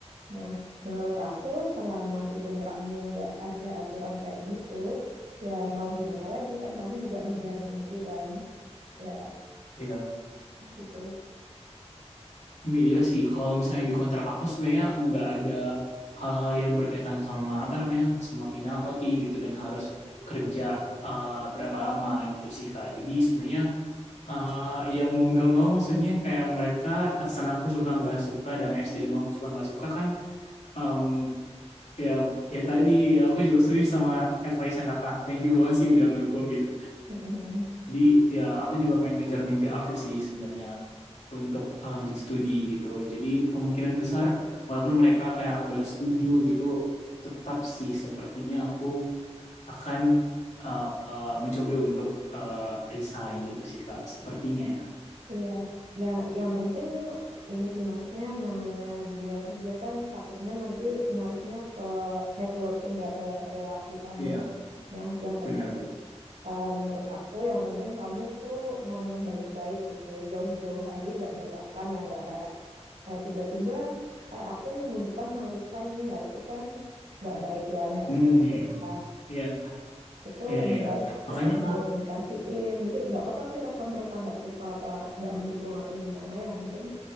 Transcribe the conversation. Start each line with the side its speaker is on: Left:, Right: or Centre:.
Right: Nah, menurut aku selama di kontrakmu nggak ada aturan kayak gitu, ya mau gimana lagi kan kamu juga ngejar mimpi kan, ya
Left: Iya.
Right: gitu.
Left: Hmm, iya sih kalau misalnya di kontrak aku sebenarnya nggak ada hal-hal yang berkaitan sama apa namanya sama penalti gitu dan harus kerja uh, berapa lama gitu sih kak jadi sebenarnya eh ya mau nggak mau maksudnya kayak mereka atasan aku suka nggak suka dan SDM aku suka nggak suka kan em, ya ya tadi ya aku juga setuju sama advice nya kakak thank you banget sih udah ngedukung gitu
Right: <laughs>
Left: jadi ya aku juga pengen ngejar mimpi aku sih sebenarnya untuk eh, lanjut studi gitu jadi kemungkinan besar walaupun mereka kayak nggak setuju gitu tetap sih sepertinya aku akan eh, eh, mencoba untuk eh, resign gitu sih kak sepertinya ya
Right: Iya, ya yang penting ini sih maksudnya namanya dunia kerja kan takutnya nanti ngaruhnya ke networking ya ke relasi kamu.
Left: Iya.
Right: Nah, yang penting
Left: benar benar.
Right: menurut aku yang penting kamu tuh ngomong baik-baik gitu jauh-jauh hari nggak dadakan ya nggak kayak eh, tiba-tiba eh, aku minggu depan mau resign nih lah itu kan nggak baik ya nggak
Left: Hmm,
Right: secara
Left: iya iya.
Right: Nah,
Left: Iya,
Right: itu
Left: iya
Right: lebih
Left: iya. iya.
Right: baik
Left: Makanya
Right: tetap dikomunikasiin.
Left: Kak,
Right: Jadi nggak apa-apa sih respon mereka nggak suka apa nggak mendukung atau gimana. Yang penting